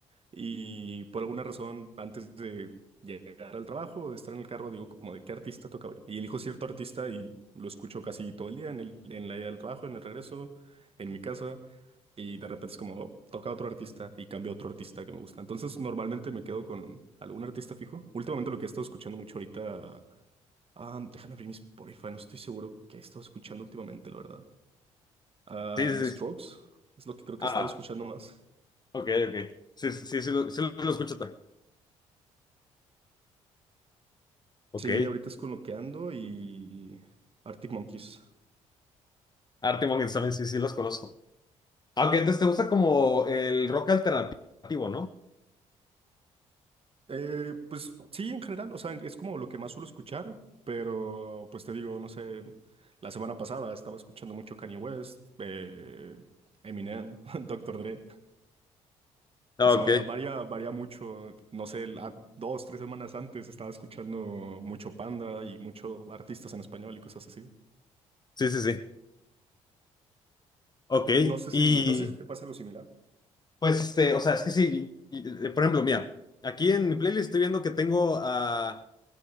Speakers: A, on the right; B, on the left.
A: y por alguna razón, antes de llegar al trabajo, de estar en el carro, digo como de qué artista toca hoy. Y elijo cierto artista y lo escucho casi todo el día en el, en la ida del trabajo, en el regreso, en mi casa. Y de repente es como, oh, toca otro artista y cambio a otro artista que me gusta. Entonces normalmente me quedo con algún artista fijo. Últimamente lo que he estado escuchando mucho ahorita, ah, déjame abrir mi Spotify, no estoy seguro qué he estado escuchando últimamente, la verdad. Ah,
B: Sí,
A: The
B: sí,
A: Strokes
B: sí.
A: es lo que creo que
B: Ah,
A: he estado escuchando más.
B: ok, ok. Sí, sí, sí, sí, lo, sí lo escucho también. Ok.
A: Sí, ahorita es con lo que ando y Arctic Monkeys.
B: Arctic Monkeys también sí, sí los conozco. Aunque entonces te gusta como el rock alternativo, ¿no?
A: Eh, pues sí, en general, o sea, es como lo que más suelo escuchar, pero pues te digo, no sé, la semana pasada estaba escuchando mucho Kanye West, eh, Eminem, <laughs> Doctor Dre,
B: Ah,
A: o sea,
B: Ok,
A: varía, varía mucho, no sé, la- dos, tres semanas antes estaba escuchando mucho Panda y mucho artistas en español y cosas así.
B: sí, sí, sí. Ok,
A: No sé
B: y
A: si, no sé si te pasa algo similar.
B: pues este, o sea, es que sí, y- y- eh, por ejemplo, mira, aquí en mi playlist estoy viendo que tengo a